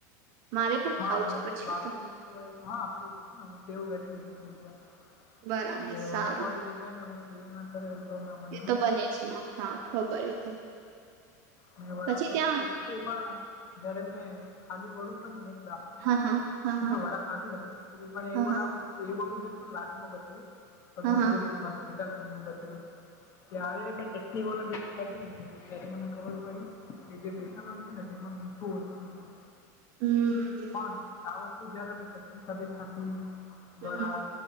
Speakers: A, on the right; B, on the left.
A: મારે પણ
B: હા
A: ખાવું
B: અને
A: છે પછી
B: વાપીના
A: તો
B: તો હા આપડે જશું ને હ સેવું કરેલી છે જગ્યા
A: બરાબર
B: હવે
A: સારું
B: વડાપઉ જે ક ને એ સેવ ના કરે એવું તો ના બને
A: એ તો બને છે ના હા ખબર એ તો
B: અને વડાપ
A: પછી ત્યાં
B: એકચુલી એમાં જયારે મેં ખાલી વડુંખ હતું ને લ એટલે
A: હા હા હા હા
B: વડા ખાધા જમે એ
A: હા
B: વડા
A: હા
B: એ વડું જ તો લાસ માં બચેું ત અધધ
A: હા હા
B: લું ત્યારે મે ચટ વા જ ખાધું ને મ ખબર પડી કે જે બેસન હોય છે ને તેમાં મીઠું ઓછું હતું
A: હમ
B: પણ આ વસ્તુ જયારે અમે ચટકી સાથે ખાતી
A: હમ
B: વડા